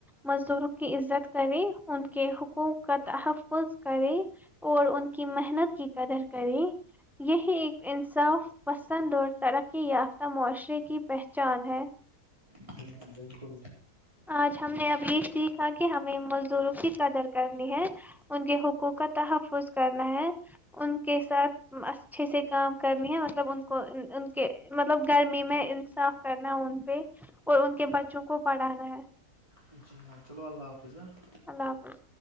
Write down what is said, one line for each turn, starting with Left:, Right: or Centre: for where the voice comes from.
Centre: مزدوروں کی عزت کرے ان کے حقوق کا تحفظ کرے اور ان کی محنت کی قدر کرے یہی ایک انصاف پسند اور ترقی یافتہ معاشرے کی پہچان ہے
Right: جی ہاں بالکل
Centre: آج ہم نے اب یہ سیکھا کہ ہمیں مزدوروں کی قدر کرنی ہے ان کے حقوق کا تحفظ کرنا ہے ان کے ساتھ اچھے سے کام کرنی ہے مطلب ان کو ان کے مطلب گرمی میں انصاف کرنا ان پہ اور ان کے بچوں کو پڑھانا <inaudible>
Right: جی ہاں چلو اللہ حافظ ہاں
Centre: اللہ حافظ